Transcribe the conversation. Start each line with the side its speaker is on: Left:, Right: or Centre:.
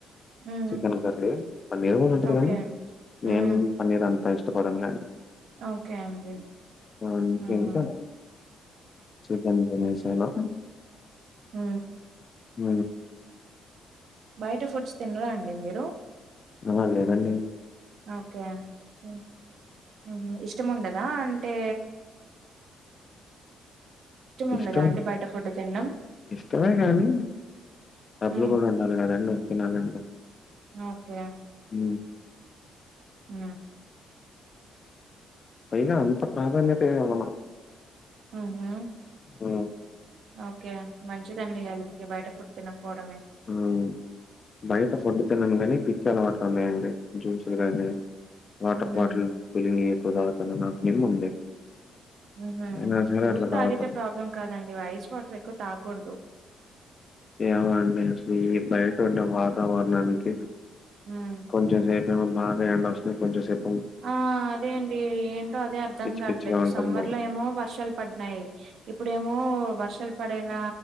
Right: ఉమ్
Left: చికెన్ కర్రీ పన్నీర్ గూడొండిర్రు
Right: ఓకే
Left: గానీ నేను
Right: ఉమ్
Left: పన్నీరంతా ఇష్టపడన్లేండి
Right: ఓకే అండి
Left: ఆ
Right: ఉమ్
Left: తింటను. చికెన్తెనాసాను
Right: ఊ
Left: ఊ
Right: బయట ఫుడ్స్ తిన్రాండి మీరు?
Left: అహ లేదండీ
Right: ఓకే అండీ ఉహు ఇష్టముండదా? అంటే
Left: ఇష్టం.
Right: ఉండదా అండి బయట ఫుడ్ తినడం
Left: ఇష్టమే కానీ డబ్బుల్
Right: ఉమ్
Left: గూడా ఉండ్ <unintelligible>
Right: ఓకే.
Left: ఊ
Right: ఊ
Left: అయినా అంత ప్రాధాన్యత ఏమివ్వను.
Right: ఊహూ
Left: ఉ
Right: ఓకే అండ్ మంచిదండి హెల్త్ కి బయట ఫుడ్తినకపోవడమే.
Left: ఉమ్ బయట ఫుడ్ తినన్గాని పిచ్చలవాట్లున్నాయండి జూసులు గానీ, వాటర్
Right: ఉహు
Left: బాటిల్ కూలింగి ఎక్కువ తాగుతను నాకు నిమ్ముంది.
Right: అహ
Left: అయినా సరే
Right: జ్యూస్
Left: అట్లా
Right: తాగితే
Left: తాగుతా.
Right: ప్రాబ్లం కాదండి వఐస్ వాటరెక్కువ తాగ్గూడదు.
Left: ఏవోఅండి అసలు ఈ బయటుండే వాతావరణానికి
Right: ఉమ్
Left: చం సేపేమో బాగా ఎండొస్తది కొంచెం సేప్
Right: ఆ అ అదే అండీ ఏంటో అదే అర్ధం
Left: పిచ్చి
Right: గాట్లేదు.
Left: పిచ్చిగా ఉంటుంది
Right: సమ్మర్లో ఏమో వర్షాల్ పడ్నాయి. ఇప్పుడేమో వర్షాల్పడేనా